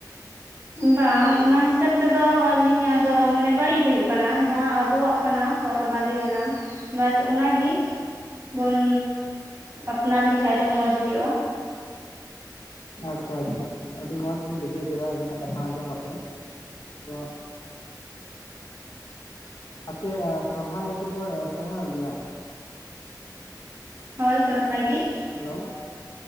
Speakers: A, on the right (about 35°); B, on the left (about 85°).
A: ᱵᱟᱝ ᱚᱱᱟ ᱦᱤᱥᱟᱹᱵ ᱛᱮ ᱛᱚ ᱟᱹᱞᱤᱧᱟᱜ ᱫᱚ ᱢᱟᱱᱮ ᱵᱟᱹᱲᱤᱡ ᱦᱩᱭᱩᱜ ᱠᱟᱱᱟ᱾ ᱡᱟᱸᱦᱟ ᱟᱵᱚᱣᱟᱜ ᱠᱟᱱᱟ ᱦᱚᱨᱚᱜ ᱵᱟᱸᱫᱮ ᱨᱮᱱᱟᱝ ᱵᱟᱥ ᱚᱱᱟᱜᱤ ᱵᱚᱱ ᱟᱯᱱᱟᱨ ᱞᱮᱠᱷᱟᱱᱡ ᱫᱚ ᱢᱚᱸᱪ ᱦᱩᱭᱩᱜ-ᱟ᱾
B: ᱟᱪᱪᱷᱟ ᱟᱪᱪᱷᱟ, ᱟᱹᱰᱤ ᱢᱚᱸᱡᱽ ᱞᱤᱧ ᱵᱩᱡᱷᱟᱹᱣ ᱠᱮᱫᱟ ᱟᱹᱵᱤ ᱱᱟᱜ ᱠᱟᱛᱷᱟ ᱟᱸᱡᱚᱢ ᱠᱟᱛᱮ, ᱛᱚ ᱟᱯᱮ ᱥᱚᱨᱦᱟᱭ ᱠᱚᱯᱮ ᱥᱚᱦᱚᱨᱟᱭᱚᱜ ᱜᱮᱭᱟ?
A: ᱦᱳᱭ ᱥᱚᱨᱦᱟᱭ ᱜᱮ
B: ᱦᱮᱞᱳ